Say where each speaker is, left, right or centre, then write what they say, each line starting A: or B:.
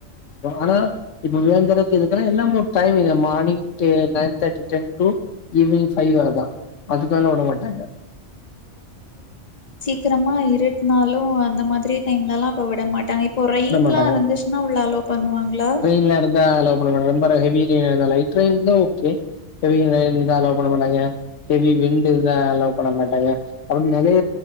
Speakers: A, on the left; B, on the left.
A: ஆனா இப்பவே இந்தளவு இருக்குன்னா இன்னமும் டைம் இல்ல மார்னிங்கே nine thirty ten two evening five வேதான் அதுக்கல விட மாட்டாங்க
B: க்கிரமா இருட்டு நாளும் அந்த மாதிரி டைம்ல எல்லாம் இப்ப விட மாட்டாங்க ரெயின்லாம்
A: விட மாட்டாங்க
B: இருந்துச்சுன்னா உள்ள அலோ பண்ணுவாங்களா
A: ட்ரெயின்ல இருந்தா அலோ பண்ண <unintelligible> லைட் ரெயினா ஓகே பெரிய ரெயின் அலோ பண்ணமாட்டாங்க ஹெவி விண்டு இருந்தா அலோ பண்ணமாட்டாங்க அதுவும் நைய